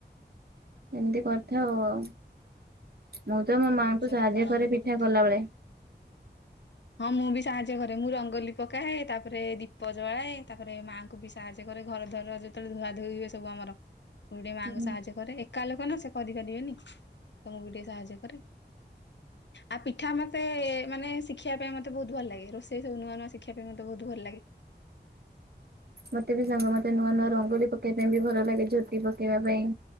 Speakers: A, on the right; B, on the left.
A: ଏମିତି କରିଥାଉ ଆଉ ଆଉ ମୁଁ ତ ମୋ
B: ଆମେ
A: ମାଆଙ୍କୁ
B: ବି ସେମିତି
A: ସାହାଯ୍ୟ
B: ପାଳନ
A: କରେ
B: କରୁ
A: ପିଠା କଲାବେଳେ।
B: ହଁ ମୁଁ ବି ସାହାଯ୍ୟ ଘରେ ମୁଁ ରଙ୍ଗୋଲି ପକାଏ ତାପରେ ଦୀପ ଜଳାଏ ତାପରେ ମା ବି ସାହାଯ୍ୟ କରେ ଘର ଦ୍ୱାର ଯେତେବେଳେ ଧୁଆ ଧୋଇ ହୁଏ ସବୁ ଆମର ମୁଁ ଟିକେ ମାଆଙ୍କୁ
A: ହୁଁ।
B: ସାହାଯ୍ୟ କରେ ଏ କା ଲୋକ ନା ସେ କରିପାରିବେନି ତ ମୁଁ ବି ଟିକେ ସାହାଯ୍ୟ କରେ। ଆଉ ପିଠା ମତେ ମାନେ ଶିଖି ଖିଆପିଆ ମତେ ବହୁ ଭଲ ଲାଗେ ରୋଷେଇ ସବୁ ନୂଆ ନୂଆ ଶିଖିବା ପାଇଁ ମତେ ବହୁତ ଭଲଲାଗେ।
A: ମତେ ବି ସାଙ୍ଗ ମତେ ନୂଆ ନୂଆ ରଙ୍ଗୋଲି ପକେଇବା ପାଇଁ ବି ଭଲ ଲାଗେ ଝୋଟି ପକେଇବା ପାଇଁ